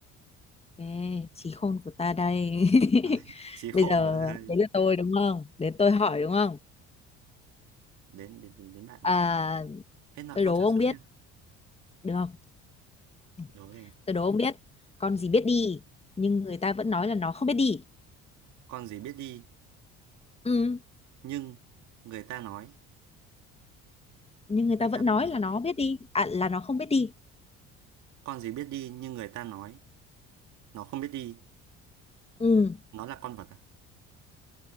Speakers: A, on the left (about 20°); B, on the right (about 70°).
A: Ê, trí khôn của ta đây <laughs>
B: đấy. <laughs> trí khôn
A: bây giờ
B: và đây
A: đấy là tôi đúng không đến tôi hỏi đúng không
B: đến đến đến, đến bạn đấy
A: à,
B: hết nợ
A: tôi
B: câu
A: đố
B: trà
A: ông
B: sữa
A: biết
B: nhá
A: được không Ừ,
B: đố rồi
A: tôi đố ông biết con gì biết đi nhưng người ta vẫn nói là nó không biết đi
B: con gì biết đi
A: ừ
B: nhưng người ta nói
A: nhưng người
B: người
A: ta vẫn
B: ta
A: nói
B: nói
A: là nó biết đi à, là nó không biết đi
B: con gì biết đi nhưng người ta nói nó không biết đi
A: ừ
B: nó là con vật à